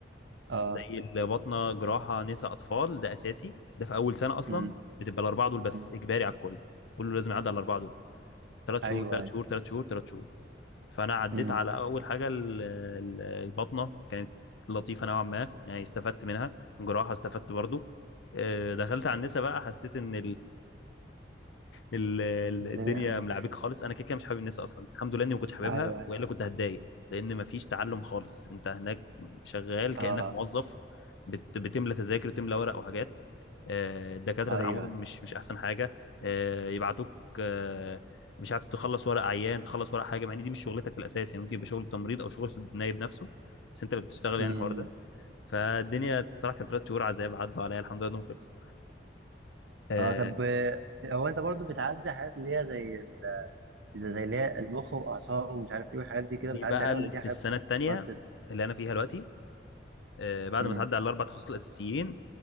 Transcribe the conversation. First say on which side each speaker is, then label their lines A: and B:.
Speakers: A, on the right; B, on the left.
A: اه
B: زي الباطنه جراحه نساء اطفال ده اساسي ده في اول سنه اصلا
A: امم
B: بتبقى الاربعه دول بس
A: أمم.
B: اجباري على الكل كله لازم يعدي على الاربعه دول ثلاث شهور
A: ايوه
B: ثلاث
A: ايوه
B: شهور ثلاث شهور ثلاث شهور فانا عديت
A: امم
B: على اول حاجه ال- ال- البطنه كانت لطيفه نوعا ما يعني استفدت منها الجراحه استفدت برضو آه، دخلت على النسا بقى حسيت ان ال- ال-
A: الدنيا
B: الدنيا
A: اه
B: ملعبك خالص انا كده كده مش حابب الناس اصلا الحمد لله اني ما كنتش حاببها
A: ايوه ايوه
B: والا كنت هتضايق لان ما فيش تعلم خالص انت هناك شغال
A: اه
B: كانك موظف بت بتملى تذاكر وتملى ورق وحاجات آه، الدكاتره
A: ايوه
B: تعاملهم
A: ايوه
B: مش مش احسن حاجه آه، يبعتوك آه، مش عارف تخلص ورق عيان تخلص ورق حاجه مع ان دي مش شغلتك في الاساس يعني ممكن يبقى شغل تمريض او شغل النايب نفسه بس انت اللي بتشتغل
A: امم
B: يعني الحوار ده فالدنيا بصراحه كانت ثلاث شهور عذاب عدوا عليا الحمد لله انهم خلصوا آه،
A: اه طب هو انت برضو بتعدي حاجات اللي هي زي ال... زي اللي هي المخ واعصاب ومش عارف ايه والحاجات دي كده
B: دي
A: بتعدي
B: بقى
A: عليها
B: ال-
A: ولا دي
B: في
A: حاجات
B: السنه
A: بتبقى
B: الثانيه
A: advanced؟
B: اللي انا فيها دلوقتي آه، بعد
A: امم
B: ما تعدي على الاربع تخصصات الاساسيين